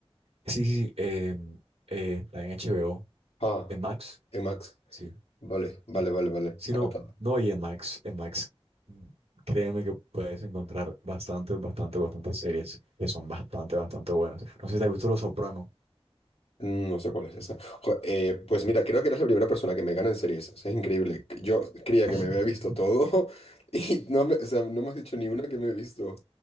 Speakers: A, on the right (about 75°); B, on the left (about 75°).
A: sí, sí, sí, em, eh, está en HBO,
B: Ah,
A: en Max.
B: en Max.
A: Sí,
B: Vale, vale,
A: Sí.
B: vale, vale.
A: Si
B: Anotado.
A: no, no, y en Max, en Max, mm, créeme que puedes encontrar bastante, bastante, bastantes series que son bastante, bastante buenas. No sé si te has visto Los Soprano.
B: Mm, No sé cuál es esa. Jo, eh, pues mira, creo que eres la primera persona que me gana en series. O sea, es increíble. Yo creía
A: <laughs>
B: que me había visto todo <laughs> y no me, o sea, no me has dicho ni una que me he visto.